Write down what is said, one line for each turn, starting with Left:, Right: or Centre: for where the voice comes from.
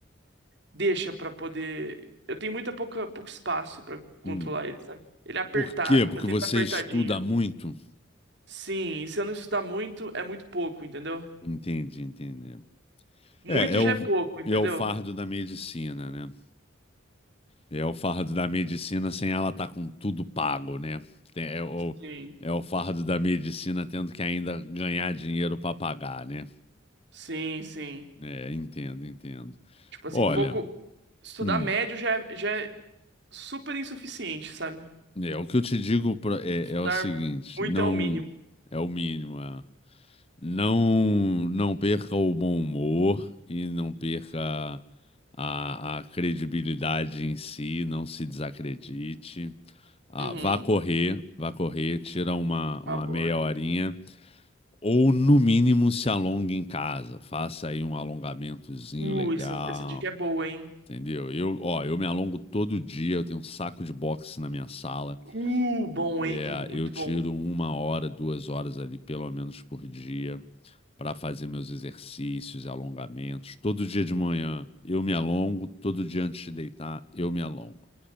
Right: deixa pra poder. Eu tenho muita pouca pouco espaço pra controlar
Left: Hum.
Right: ele, sabe? Ele é apertado,
Left: Por quê? Porque
Right: meu tempo
Left: você
Right: é apertadinho.
Left: estuda muito?
Right: Sim, e se eu não estudar muito, é muito pouco, entendeu?
Left: Entendi, entendi.
Right: Muito
Left: É, é
Right: já
Left: o,
Right: é pouco, entendeu?
Left: é o fardo da medicina, né? É o fardo da medicina sem ela estar com tudo pago, né? Tem- É o,
Right: Sim,
Left: é o fardo da medicina tendo que ainda ganhar dinheiro para pagar, né?
Right: sim, sim.
Left: É, entendo, entendo.
Right: Tipo assim,
Left: Olha,
Right: pouco. Estudar
Left: hum,
Right: médio já é, já é- super insuficiente, sabe?
Left: é o que eu te digo pra- é,
Right: Estudar
Left: é o seguinte,
Right: muito
Left: não
Right: é o mínimo.
Left: é o mínimo, é, não não perca o bom humor e não perca a, a credibilidade em si, não se desacredite. Ah,
Right: Uhum.
Left: vá correr, vá correr, tira uma, uma
Right: Uma boa.
Left: meia horinha ou no mínimo se alongue em casa, faça aí um alongamentozinho
Right: Uh,
Left: legal.
Right: essa, essa dica é boa, hein?
Left: Entendeu? Eu, ó, eu me alongo todo dia, eu tenho um saco de boxe na minha sala.
Right: Uh, bom,
Left: É,
Right: hein? Muito
Left: eu tiro
Right: bom.
Left: uma hora, duas horas ali, pelo menos por dia, para fazer meus exercícios, alongamentos. Todo dia de manhã eu me alongo, todo dia antes de deitar eu me alongo,